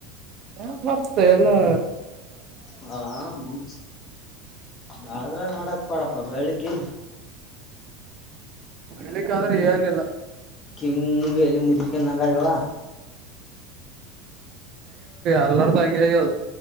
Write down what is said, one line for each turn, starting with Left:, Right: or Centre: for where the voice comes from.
Right: ಏನಕ್ ಬರ್ತೆ ಎಲ್ಲಾ.
Left: ಹ ಮಂ ಬಾದ್ರ ನೋಡಕ್ ಕೊಡ. ಪಾ ಬೆಳಕಿಲ್.
Right: ಹೇಳಿಕ್ಕಂದ್ರ ಏನಿಲ್ಲ.
Left: ಕಿಂಗ್ ಎಲ್ಲಿ ಮುದ್ರಕ್ಯಂಗಾಗ್ಯವ.
Right: ಎಲ್ಲರ್ದು ಹಂಗೆ ಆಗ್ಯದ.